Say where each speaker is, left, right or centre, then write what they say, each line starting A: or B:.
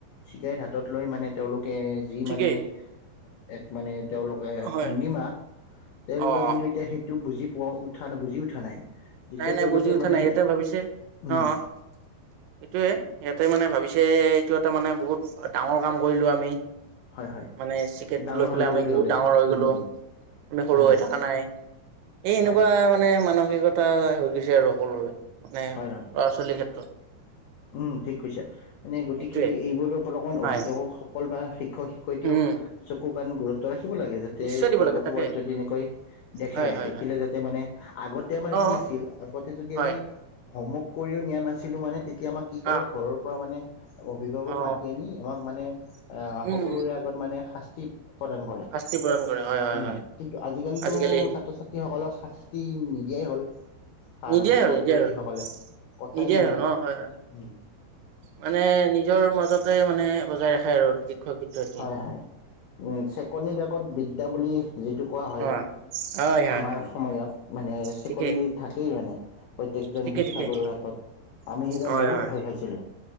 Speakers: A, on the left; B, on the right.
A: চিগাৰেত হাতত লৈ মানে তেওঁলোকে যি
B: ঠিকেই
A: মানে এক মানে তেওঁলোকে
B: হয়
A: ভংগীমা তেওঁলোকে
B: অ
A: কিন্তু এতিয়া সেই টো বুজি পোৱা উঠা বুজি উঠা নাই। যেতিয়া
B: নাই নাই
A: তেওঁলোকে
B: বুজি উঠা
A: মানে
B: নাই, সিহটে ভাবিছে
A: উম
B: অ অ এইটোৱে সিহঁতে মানে ভাবিছে এইটো এটা মানে বহুত ডাঙৰ কাম কৰিলোঁ আমি।
A: হয় হয়
B: মানে ছিগাৰেত
A: ডাঙৰ
B: লৈ
A: হ'লেও
B: পেলাই আমি
A: বুলি
B: বহুত
A: ভাবে
B: ডাঙৰ হৈ
A: উম
B: গলো,
A: উম
B: আমি সৰু
A: হয়
B: হৈ
A: হয়
B: থকা নাই। এই এনেকুৱা
A: হয়
B: মানে মানসিকতা- এটা হৈ গৈছে আৰু সকলোৰে মানে
A: হয় হয়
B: ল'ৰা-ছোৱালীৰ ক্ষেত্ৰত।
A: উম ঠিক কৈছা, মানে গতিকে
B: সেইটোয়ে
A: এইবোৰৰ ওপৰত অকণমান
B: হয়
A: অভিভাৱকসকল বা শিক্ষক শ সৈতেও
B: উম
A: চকু কাণ গুৰুত্ব ৰাখিব লাগে যাতে
B: নিশ্চয় দিব
A: ক'
B: লাগে
A: ক'ৰবাত
B: তাকে
A: যদি এনেকৈ দেখে,
B: হয় হয়
A: দেখিলে
B: হয়
A: যাতে মানে আগতে আমাৰ
B: অ
A: কি আছিল আগতে যদি
B: হয়
A: আমি হোমৱৰ্ক কৰিও নিয়া নাছিলোঁ মানে তেয়া এতিয়া আমাক কি কৰে
B: অ
A: ঘৰৰ পৰা মানে অভিভাৱক
B: অ
A: মাতি আনি, আমাক মানে
B: উম
A: সকলোৰে মানে শাস্তি প্ৰদান কৰে। উম',
B: শাস্তি প্ৰদান কৰে হয় হয় হয়
A: কিন্তু আজি কালিতো
B: আজিকালি
A: ছাত্ৰ-ছা ত্ৰী সকলক শাস্তি নিদিয়াই হ'ল।
B: নিদিয়াই
A: শিক্ষক,
B: হ'ল নিদিয়াই
A: শিক্ষয়িত্ৰী
B: হ'ল
A: সকলে কথাই
B: নিদিয়াই
A: নুশুনাই
B: হ'ল অ হয় হয়
A: উম।
B: মানে নিজৰ মাজতে মানে বজাই ৰাখে আৰু শিক্ষক-শিক্ষয়িত্ৰী।
A: হয় হয় চেকনিৰ আগত বিদ্যা বুলি যিটো কোৱা হয়
B: অ', হয়, হয়,
A: আমাৰ
B: হয়,
A: সময়ত। মানে চেকনি
B: ঠিকেই,
A: থাকেই মানে প্ৰত্যেকজন
B: ঠিকে,
A: শিক্ষাগুৰু
B: ঠিকে,
A: হাতত। আমি সেইদিনা
B: হয়
A: বহুত
B: হয়,
A: ভয় খাইছিলোঁ